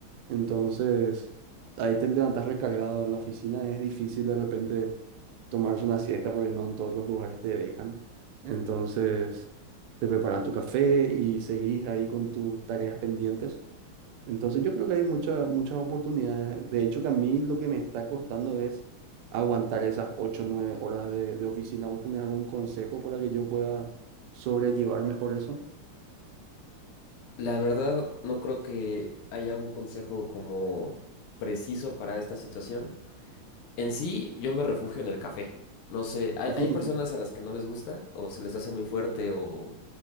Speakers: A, on the right (about 85°); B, on the left (about 85°).
A: Entonces, ahí te levantas recargado en la oficina, es difícil de repente tomarse una siesta porque no en todos los lugares te dejan. Entonces, te preparas tu café y seguís ahí con tus tareas pendientes. Entonces yo creo que hay mucha- muchas oportunidades. De hecho, que a mí lo que me está costando es aguantar esas 8 o 9 horas de, de oficina. ¿Vos tenés algún consejo para que yo pueda sobrellevar mejor eso?
B: La verdad, no creo que haya un consejo como preciso para esta situación. En sí, yo me refugio en el café. No sé, hay,
A: <laughs>
B: hay personas a las que no les gusta o se les hace muy fuerte o,